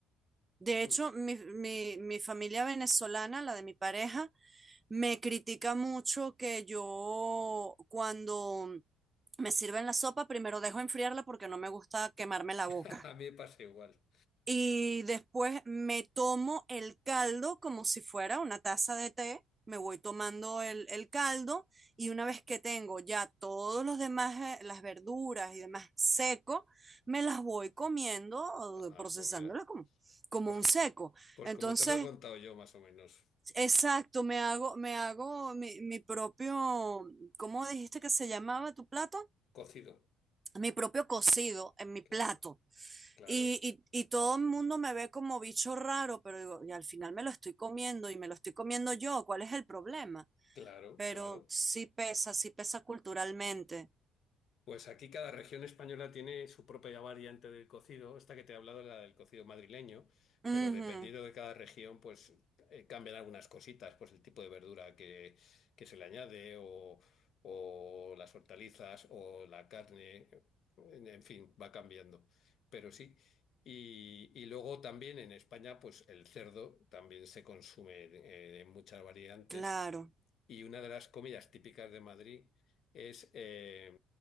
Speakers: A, on the right; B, on the left.
A: De
B: Mm.
A: hecho, mi, mi, mi familia venezolana, la de mi pareja, me critica mucho que yo cuando me sirven la sopa, primero dejo enfriarla porque no me gusta quemarme la
B: <laughs>
A: boca.
B: A mí me pasa igual.
A: Y después me tomo el caldo como si fuera una taza de té. Me voy tomando el, el caldo y una vez que tengo ya todos los demás, eh, las verduras y demás seco, me las voy comiendo,
B: Ah,
A: procesándolas
B: pues mira,
A: como, como
B: pues
A: un seco.
B: pues
A: Entonces,
B: como te lo he contado yo más o menos,
A: exacto, me hago, me hago mi, mi propio, ¿cómo dijiste que se llamaba tu plato?
B: cocido,
A: mi propio cocido en mi
B: claro.
A: plato.
B: Claro.
A: Y, y, y todo el mundo me ve como bicho raro, pero digo, y al final me lo estoy comiendo y me lo estoy comiendo yo, ¿cuál es el problema?
B: Claro,
A: Pero
B: claro.
A: sí pesa, sí pesa culturalmente.
B: Pues aquí cada región española tiene su propia variante del cocido. Esta que te he hablado es la del cocido madrileño, pero
A: Ujú,
B: dependiendo de cada región, pues eh, cambian algunas cositas, pues el tipo de verdura que, que se le añade o, o las hortalizas o la carne, en, en fin, va cambiando. Pero sí. Y, y luego también en España, pues el cerdo también se consume eh, en muchas variantes.
A: claro.
B: Y una de las comidas típicas de Madrid es eh,